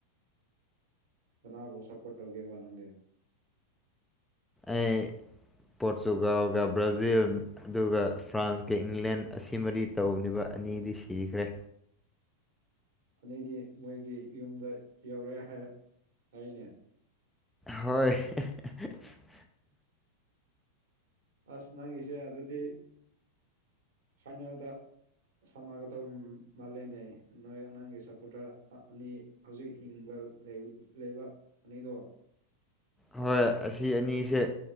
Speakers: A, on the right (about 60°); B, in the centre.
A: ꯀꯅꯥꯕꯨ ꯁꯞꯄꯣꯔꯠ ꯇꯧꯒꯦꯕ ꯅꯪꯗꯤ
B: ꯑꯩ ꯄꯣꯔꯇꯨꯒꯥꯜꯒ ꯕ꯭ꯔꯥꯖꯤꯟ ꯑꯗꯨꯒ ꯐ꯭ꯔꯥꯟꯁꯀ ꯏꯪꯂꯦꯟ ꯑꯁꯤ ꯃꯔꯤ ꯇꯧꯕꯅꯦꯕ ꯑꯅꯤꯗꯤ ꯁꯤꯈ꯭ꯔꯦ
A: ꯑꯗꯩꯗꯤ ꯃꯣꯏꯒꯤ ꯌꯨꯝꯗ ꯌꯧꯔꯦ ꯍꯥꯏꯔ ꯍꯥꯏꯅꯦ
B: ꯍꯣꯏ ꯍ <unintelligible>
A: ꯑꯁ ꯅꯪꯉꯤꯁꯦ ꯑꯗꯨꯗꯤ ꯐꯥꯏꯅꯦꯜꯗ ꯁꯥꯟꯅꯒꯗꯧ ꯃꯥꯜꯂꯦꯅꯦ ꯅꯣꯏ ꯅꯪꯒꯤ ꯁꯞꯄꯣꯔꯠꯇ ꯑꯅꯤ ꯍꯧꯖꯤꯛ ꯍꯤꯡꯕ ꯂꯩ ꯂꯩꯕ ꯑꯅꯤꯗꯣ
B: ꯍꯣꯏ ꯑꯁꯤ ꯑꯅꯤꯁꯦ